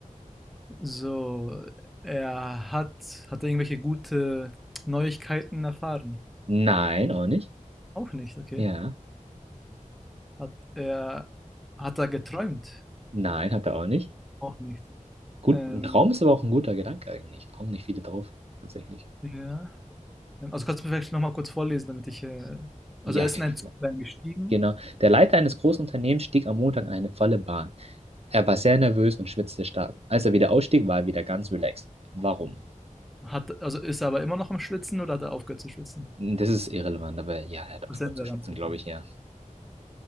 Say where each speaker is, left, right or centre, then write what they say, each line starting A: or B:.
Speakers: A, in the centre; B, on the right.
A: so, er hat, hat er irgendwelche gute Neuigkeiten erfahren?
B: Nein, auch nicht.
A: Auch nicht, okay.
B: Ja.
A: Hat er, hat er geträumt?
B: Nein, hat er auch nicht.
A: Auch nicht.
B: Gut,
A: Ähm,
B: ein Traum ist aber auch ein guter Gedanke eigentlich. Kommen nicht viele drauf, tatsächlich.
A: ja. Ähm, Also kannst du mir vielleicht nochmal kurz vorlesen, damit ich. Äh,
B: Ja,
A: also er ist
B: klar.
A: in einen Zug gestiegen.
B: Genau. Der Leiter eines großen Unternehmens stieg am Montag in eine volle Bahn. Er war sehr nervös und schwitzte stark. Als er wieder ausstieg, war er wieder ganz relaxed. Warum?
A: Hat, also ist er aber immer noch am Schwitzen oder hat er aufgehört zu schwitzen?
B: Das ist irrelevant, aber ja, er hat aufgehört
A: Das sind wir
B: zu schwitzen,
A: dann drücken.
B: glaube ich, ja.